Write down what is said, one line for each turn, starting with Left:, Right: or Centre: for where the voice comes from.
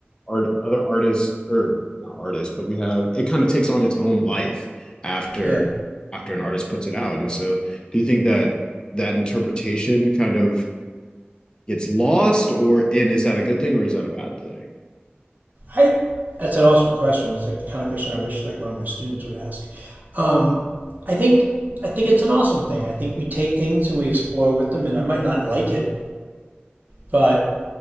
Left: art other artists or not artists but we have it kind of takes on its own life after
Right: Yeah.
Left: after an artist puts it out and so do you think that that interpretation kind of gets lost or and is that a good thing or is that a bad thing
Right: I that's an awesome question. It's like the kind of question I wish like one of my students would ask. Um, I think I think it's an awesome thing. I think we take things and we explore with them and I might not like it, but